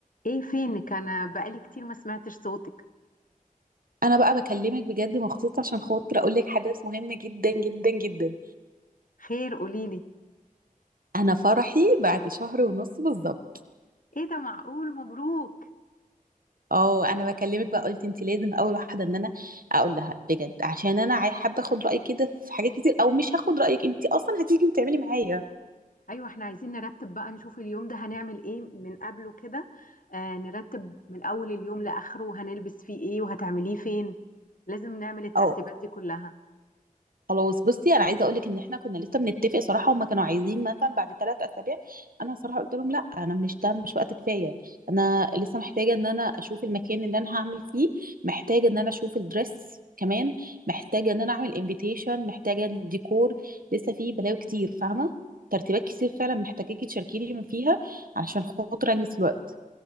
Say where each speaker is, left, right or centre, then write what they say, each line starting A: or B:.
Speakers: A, on the left; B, on the right.
A: ايه فينك انا بقالي كتير ما سمعتش صوتك
B: انا بقى بكلمك بجد مخصوص عشان خاطر اقول لك حدث مهم جدا جدا جدا
A: خير قوليلي
B: انا فرحي بعد شهر ونص بالظبط
A: ايه ده معقول مبروك
B: اه انا بكلمك بقى قلت انت لازم اول واحده ان انا اقول لها بجد عشان انا عاي- حابه اخد رايك كده في حاجات كتير او مش هاخد رايك انت اصلا هتيجي وتعملي معايا
A: ايوه احنا عايزين نرتب بقى نشوف اليوم ده هنعمل ايه من قبله كده آه نرتب من اول اليوم لاخره هنلبس فيه ايه وهتعمليه فين لازم نعمل الترتيبات
B: آه.
A: دي كلها
B: خلاص بصي انا عايزه اقول لك ان احنا كنا لسه بنتفق صراحه هما كانوا عايزين مثلا بعد ثلاث اسابيع انا صراحه قلت لهم لا انا مش ده مش وقت كفايه انا لسه محتاجه ان انا اشوف المكان اللي انا هعمل فيه محتاجه ان انا اشوف الدريس كمان محتاجه ان انا اعمل انفيتيشن محتاجه الديكور لسه فيه بلاوي كتير فاهمه ترتيبات كتير فعلا محتاجاكي تشاركيني من فيها علشان خاطر انجز في الوقت